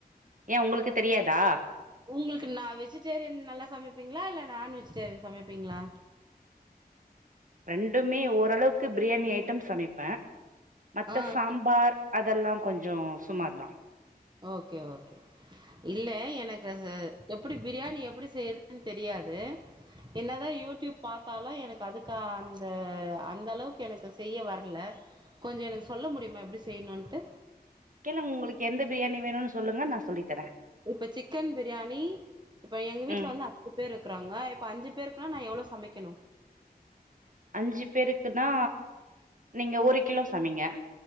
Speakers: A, on the right; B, on the right.
A: ஏ உங்களுக்கு தெரியாதா
B: உங்களுக்கு நா வெஜிடேரியன் நல்லா சமைப்பீங்களா இல்ல நான்வெஜிடேரியன் சமைப்பீங்களா
A: ரெண்டுமே ஓரளவுக்கு பிரியாணி ஐட்டம் சமைப்பே மத்த
B: ஆ
A: சாம்பார்
B: ஆ
A: அதெல்லாம் கொஞ்ச சுமார்தா
B: ஓகே ஓகே இல்ல எனக்கு எப்டி பிரியாணி எப்டி செய்யறதுன்னு தெரியாது என்னதா யூடியூப் பாத்தாலு எனக்கு அதுக்கு அந்த அந்த அளவுக்கு எனக்கு செய்ய வரல கொஞ்ச எனக்கு சொல்ல முடியுமா எபடி செய்யணும்ட்டு
A: கேளுங் உங்களுக்கு எந்த பிரியாணி வேணும்ன்னு சொல்லுங்க நா சொல்லித்தரே
B: இப்ப சிக்கன் பிரியாணி இப்ப எங்க வீட்டு்ல
A: ம்
B: வந்து ஐந்து பேர் இருக்கறாங்க ப்ப அஞ்சு பேருக்குனா நா எவ்ளோ சமைக்கணு
A: அஞ்சு பேருக்குன்னா நீங்க ஒரு கிலோ சமைங்க